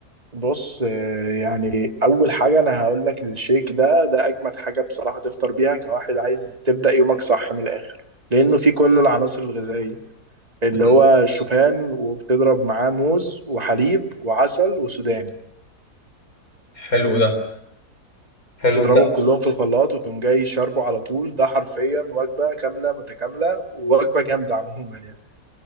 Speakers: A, on the right (about 25°); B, on the left (about 60°).
A: بص آه، يعني أول حاجة أنا هقول لك الشيك ده ده أجمد حاجة بصراحة تفطر بيها كواحد عايز تبدأ يومك صح من الآخر لأنه فيه كل العناصر الغذائية اللي
B: م-
A: هو شوفان وبتضرب معاه موز وحليب وعسل وسوداني
B: حلو ده حلو
A: تضربهم
B: انت
A: كلهم في الخلاط وتقوم جاي شاربه على طول ده حرفيا وجبة كاملة متكاملة ووجبة جامدة عموما يعني